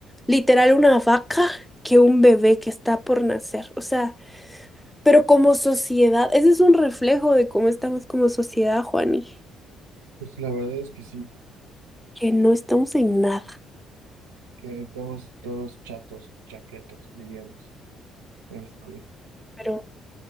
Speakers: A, in the centre; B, on the right.
A: literal una vaca que un bebé que está por nacer. O sea, pero como sociedad, ese es un reflejo de cómo estamos como sociedad, Juani.
B: pues la verdad es que sí.
A: que no estamos en nada.
B: que estamos todos chatos, chaquetos, diríamos. Este,
A: Pero,